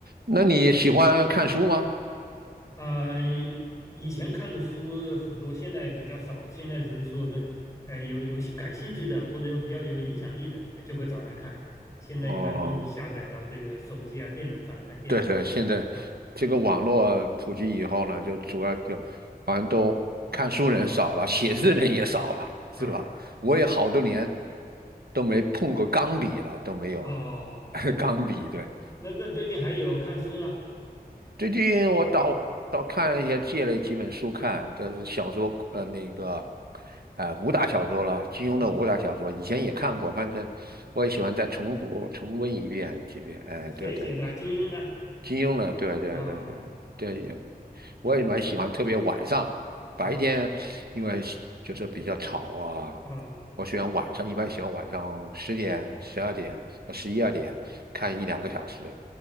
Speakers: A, on the right (about 75°); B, on the left (about 20°).
A: 那你喜欢看书吗？
B: 呃，以前看的书很多，现在比较少。现在只是说是，呃，有有感兴趣的或者有比较有影响力的，呃就会找来看。现在一般都是下载到这个手机啊、
A: 哦，
B: 电脑上看电子书。
A: 对对，现在这个网络普及以后呢，
B: 啊
A: 就主要就好像都看书人少了，写字人也少了，
B: 啊
A: 是吧？我也好多年都没碰过钢笔了，都没有
B: 哦，
A: <laughs> 钢笔，对，
B: 那那最近还有看书吗？
A: 最近我倒倒看一些，借了几本书看，就是小说，呃，那个，呃，武打小说了，金庸的武打小说，
B: 哦，
A: 以前也看过，反正我也喜欢再重复重温一遍几遍。哎，
B: 谁谁写的啊金庸的？
A: 对对，金庸的，对对对对
B: 啊
A: 对，我也蛮喜欢，特别晚上，白天因为就是比较吵啊，
B: 啊啊
A: 我喜欢晚上，一般喜欢晚上十点、十二点、十一二点看一两个小时，